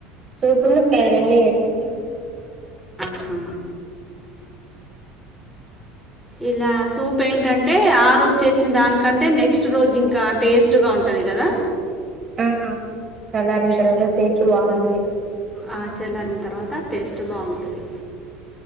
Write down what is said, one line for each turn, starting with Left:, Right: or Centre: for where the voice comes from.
Right: సూపు ఉన్ను ఫ్రై రెండి చేస్తా అండి
Centre: ఆహ్ ఇలా సూప్ ఏంటంటే ఆరుచ్చేసినదాని కంటే నెక్స్ట్ రోజు ఇంకా టేస్ట్గా ఉంటది కదా
Right: ఆ చలారిన తర్వాత టేస్ట్ బాగుంటది
Centre: ఆ చెల్లరిన తర్వాత టేస్ట్ బాగుంటది